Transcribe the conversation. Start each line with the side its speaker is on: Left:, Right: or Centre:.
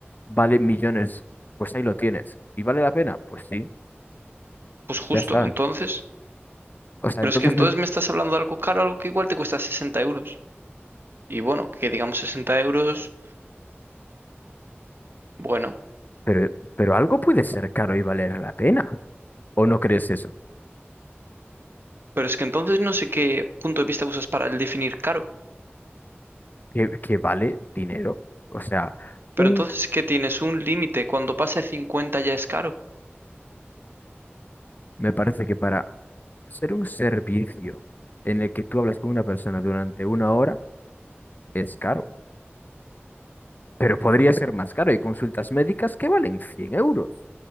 Left: Vale millones. Pues ahí lo tienes. ¿Y vale la pena? Pues sí,
Right: Pues justo,
Left: ya está.
Right: entonces.
Left: O sea,
Right: Pero
Left: entonces
Right: es que entonces
Left: no.
Right: me estás hablando de algo caro, algo que igual te cuesta 60 euros. Y bueno, que digamos 60 euros, bueno,
Left: Pero, pero algo puede ser caro y valer la pena. ¿O no crees eso?
Right: pero es que entonces no sé qué punto de vista usas para el definir caro.
Left: Que, que vale dinero. O sea,
Right: Pero
Left: un.
Right: entonces qué tienes un límite, cuando pase 50 ya es caro.
Left: Me parece que para ser un servicio en el que tú hablas con una persona durante una hora es caro. Pero podría ser más caro. Hay consultas médicas que valen 100 euros